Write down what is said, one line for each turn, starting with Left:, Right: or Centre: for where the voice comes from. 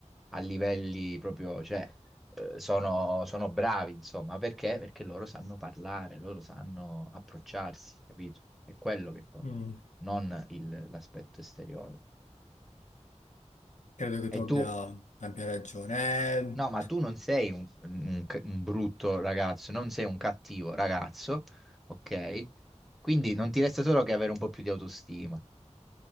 Centre: a livelli proprio, cioè, eh, sono, sono bravi, insomma, perché? Perché loro sanno parlare, loro sanno approcciarsi, capito? È quello che conta,
Left: mm,
Centre: non il- l'aspetto esteriore.
Left: credo che tu
Centre: E
Left: abbia,
Centre: tu,
Left: abbia ragione.
Centre: no, ma tu non sei un, un c- un brutto ragazzo, non sei un cattivo ragazzo, ok? Quindi non ti resta solo che avere un po' più di autostima.